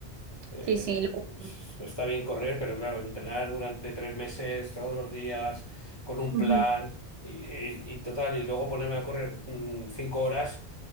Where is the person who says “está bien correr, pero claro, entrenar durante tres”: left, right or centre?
Left